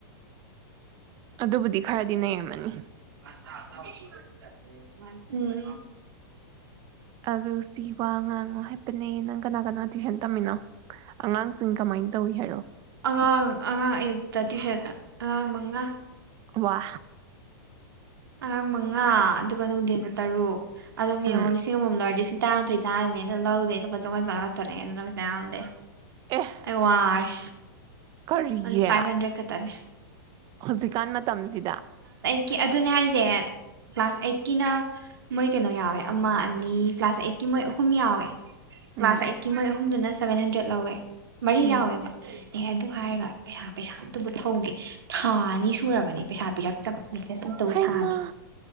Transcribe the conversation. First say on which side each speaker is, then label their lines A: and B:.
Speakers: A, on the right (about 35°); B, on the right (about 80°).
A: ꯑꯗꯨꯕꯨꯗꯤ ꯈꯔꯗꯤ ꯅꯩꯔꯝꯃꯅꯤ
B: <unintelligible> ꯎꯝ
A: ꯑꯗꯨ ꯁꯤ ꯋꯥ ꯉꯥꯡꯉꯨ ꯍꯥꯏꯄꯅꯦ ꯅꯪ ꯀꯅꯥ ꯀꯅꯥ ꯇꯨꯏꯁꯟ ꯇꯝꯃꯤꯅꯣ ꯑꯉꯥꯡꯁꯤꯡ ꯀꯃꯥꯏꯅ ꯇꯧꯋꯤ ꯍꯥꯏꯔꯛꯑꫭ
B: ꯑꯉꯥꯡ ꯑꯉꯥꯡ ꯑꯌꯨꯛꯇ ꯇ꯭ꯨꯏꯁꯟ ꯑ ꯑꯉꯥꯡ ꯃꯉꯥ
A: ꯋꯥ
B: ꯑꯉꯥꯡ ꯃꯉꯥ ꯑꯗꯨꯒ ꯅꯨꯡꯗꯤꯟꯗ ꯇꯔꯨꯛ ꯑꯗꯨꯝ
A: ꯎꯝ
B: ꯌꯦꯡꯉꫭ ꯂꯤꯁꯤꯡ ꯑꯃꯃꯝ ꯂꯤꯁꯤꯡ <unintelligible> ꯂꯧꯗꯦ ꯂꯨꯄꯥ ꯆꯝꯉꯥ ꯆꯝꯉꯥ ꯈꯠꯇꯅꯦ ꯑꯗꯨꯅ ꯄꯩꯁꯥ ꯌꯥꯝꯗꯦ
A: ꯑꯦ
B: ꯑꯩ ꯋꯥꯔꯦ
A: ꯀꯔꯤꯒꯤ
B: ꯑꫭꯟꯂꯤ ꯐꯥꯏꯚ ꯍꯟꯗ꯭ꯔꯦꯠ ꯈ ꯇꯅꯤ
A: ꯍꯧꯖꯤꯛꯀꯥꯟ ꯃꯇꯝꯁꯤꯗ
B: ꯀꯤ ꯑꯗ ꯑꯗꯨꯅꯦ ꯍꯥꯏꯁꯦ ꯀ꯭ꯂꯥꯁ ꯑꯩꯠꯀꯤꯅ ꯃꯣꯏ ꯀꯩꯅꯣ ꯌꯥꯎꯋꯦ ꯑꯃ ꯑꯅꯤ ꯀ꯭ꯂꯥꯁ ꯑꯩꯠꯀꯤ ꯃꯣꯏ ꯑꯍꯨꯝ ꯌꯥꯎꯋꯦ
A: ꯎꯝ
B: ꯀ꯭ꯂꯥꯁ ꯑꯩꯠꯀꯤ ꯃꯣꯏ ꯑꯍꯨꯝꯗꯨꯅ ꯁꯚꯦꯟ ꯍꯟꯗ꯭ꯔꯦꯠ ꯂꯧꯋꯦ ꯃꯔꯤ
A: ꯎꯝ
B: ꯌꯥꯎꯋꯦꯕ ꯑꯦ ꯑꯗꯨ ꯍꯥꯏꯔꯒ ꯄꯩꯁꯥ ꯄꯩꯁꯥ ꯑꯝꯇꯕꯨ ꯊꯧꯒꯦ ꯊꯥ ꯑꯅꯤ ꯁꯨꯔꯕꯅꯦ ꯄꯩꯁꯥ ꯄꯤꯔꯛꯇꯕ ꯕꯤꯖꯤꯅꯦꯁ ꯑꯝꯇꯕꯨ
A: ꯍꯩꯃꯥ
B: ꯊꯥꯒꯦ